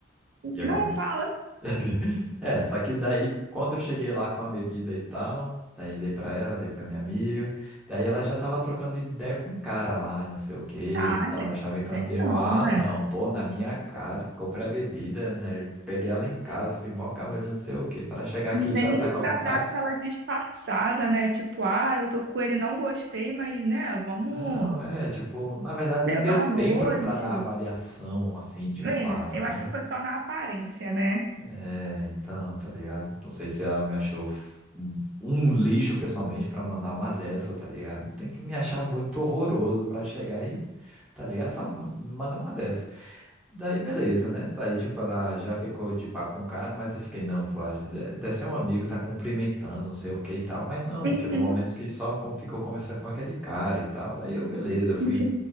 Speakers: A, in the centre; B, on the right.
A: Ia
B: Não,
A: comentar.
B: fala,
A: <laughs> É, só que daí, quando eu cheguei lá com a bebida e tal, daí dei pra ela, dei pra minha amiga, daí ela já tava trocando ideia com um cara lá e não sei o quê,
B: tá,
A: tava
B: gente.
A: chavecando,
B: Aí
A: eu,
B: não,
A: ah,
B: né?
A: não, pô, na minha cara, comprei a bebida, né, peguei ela em casa, fui mal cavaleiro, não sei o que para chegar aqui e já
B: Nem
A: tá com
B: pra
A: o cara.
B: dar aquela disfarçada, né? Tipo, ah, eu tô com ele, não gostei, mas, né, vamos
A: Não, é, tipo, na verdade nem
B: levar
A: deu tempo
B: à noite.
A: pra dar avaliação, assim, de fato,
B: É, eu
A: né?
B: acho que foi só na aparência, né?
A: É, então, tá ligado? Não sei se ela me achou f- um um lixo pessoalmente pra mandar uma dessa, tá ligado? Tem que me achar muito horroroso pra chegar e, tá ligado? Fala, manda uma dessa. Daí, beleza, né? Daí, tipo, ela já ficou de papo com o cara, mas eu fiquei, não, pô, acho- de- deve ser um amigo, tá cumprimentando, não sei o que e tal, mas não,
B: Uhum.
A: chegou momentos que só como ficou conversando com aquele cara e tal. Daí eu, beleza, fui
B: Gente,